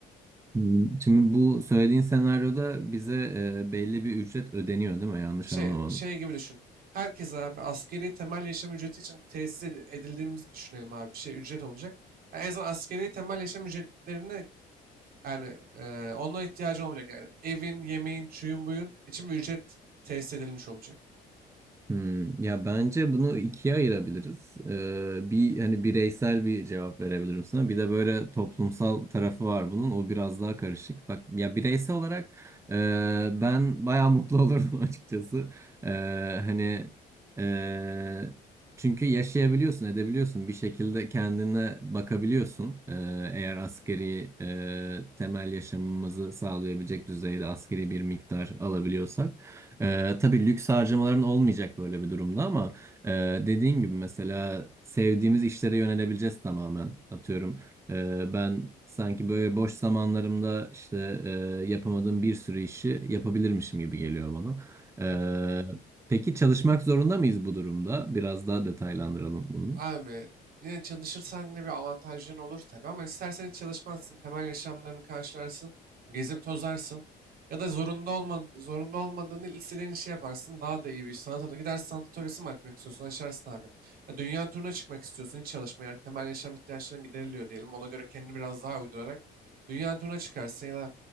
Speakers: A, on the right; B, on the right.
A: Hmm, Şimdi bu söylediğin senaryoda bize e, belli bir ücret ödeniyor değil mi? Yanlış
B: Şey,
A: anlamadım.
B: şey gibi düşün. Herkes abi askeri temel yaşam ücreti için tesis ed- edildiğimizi düşünelim abi. Bir şey ücret olacak. Yani en azından askeri temel yaşam ücretlerini Yani e, onlara ihtiyacın olmayacak. Yani evin, yemeğin, çuyun, buyun için bir ücret tesis edilmiş olacak.
A: Hmm, ya bence bunu ikiye ayırabiliriz. Ee, bir hani bireysel bir cevap verebilirim sana. Bir de böyle toplumsal tarafı var bunun. O biraz daha karışık. Bak ya bireysel olarak e, ben bayağı mutlu olurdum <laughs> açıkçası. Ee, hani e, çünkü yaşayabiliyorsun, edebiliyorsun. Bir şekilde kendine bakabiliyorsun. Ee, eğer askeri e, temel yaşamımızı sağlayabilecek düzeyde askeri bir miktar alabiliyorsak. Ee, tabii lüks harcamaların olmayacak böyle bir durumda ama e, dediğin gibi mesela sevdiğimiz işlere yönelebileceğiz tamamen. Atıyorum e, ben sanki böyle boş zamanlarımda işte e, yapamadığım bir sürü işi yapabilirmişim gibi geliyor bana. E,
B: Aynen.
A: peki çalışmak zorunda mıyız bu durumda? Biraz daha detaylandıralım bunu.
B: Abi yine çalışırsan yine bir avantajın olur tabii ama istersen hiç çalışmazsın. Temel yaşamlarını karşılarsın. Gezip tozarsın. Ya da zorunda olma, zorunda olmadığını istediğin işi yaparsın. Daha da iyi bir iş. Sanat atölye. Gidersin sanat atölyesi mi açmak istiyorsun? Açarsın abi. Ya dünya turuna çıkmak istiyorsun. Hiç çalışmayarak temel yaşam ihtiyaçların gideriliyor diyelim. Ona göre kendini biraz daha uydurarak dünya turuna çıkarsın ya da